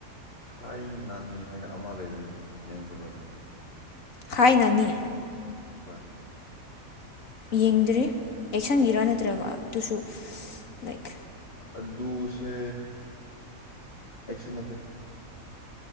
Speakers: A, on the left (about 45°); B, on the left (about 70°).
A: ꯍꯥꯏ ꯅꯥꯅꯤ ꯍꯥꯏꯅꯥ ꯑꯃꯥ ꯂꯩꯔꯝꯕꯅꯦ ꯌꯦꯡꯈ꯭ꯔꯥꯕꯔꯥ ꯅꯪ
B: ꯍꯥꯌ ꯅꯥꯅꯤ
A: ꯍꯣꯌ
B: ꯌꯦꯡꯗ꯭ꯔꯤ ꯌꯩꯁꯤꯟꯒꯤꯔꯥ ꯅꯠꯇ꯭ꯔꯒꯥ ꯑꯗꯨꯁꯨ ꯂꯥꯏꯛ
A: ꯑꯥꯗꯨꯁꯦ ꯀꯩꯁꯨ ꯅꯠꯇꯦ